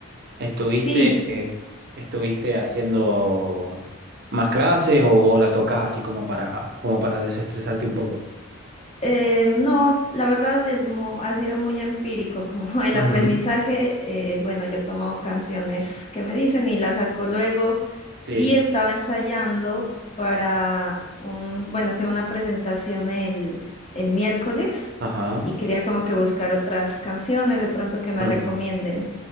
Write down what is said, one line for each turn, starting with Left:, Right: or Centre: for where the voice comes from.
Right: ¿Estuviste,
Left: Sí,
Right: eh, estuviste haciendo más clases o, o la tocas así como para, como para desestresarte un poco?
Left: Eh, no, la verdad es mu- ha sido muy empírico como <laughs> el
Right: Ujú.
Left: aprendizaje. eh, bueno, yo tomo canciones que me dicen y las saco luego
Right: Sí.
Left: y estaba ensayando para un, bueno, tengo una presentación el, el miércoles
Right: Ajá.
Left: y quería como que buscar otras canciones de pronto que me
Right: Mm.
Left: recomienden.